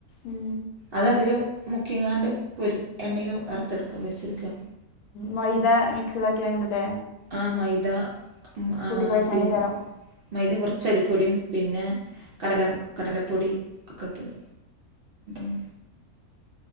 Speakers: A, on the left; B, on the right.
A: ഉം
B: അത് അതിൽ മുക്കിങ്ങാണ്ട് പൊരി എണ്ണയിൽ വറുത്തെടുക്കുക പൊരിച്ചെടുക്കുക.
A: മൈദ മിക്സ് ഇതാക്കി അങ്ങനല്ലേ?
B: ആഹ് മൈദ ഉം ആഹ്
A: കുഴച്ചാണ്ടേക്കാരം
B: പിൻ മൈദേം കൊർച്ചരിപ്പൊടിയും പിന്നെ കടല കടല കടലപ്പൊടിക്കെ ഇട്ട് വരും ഉം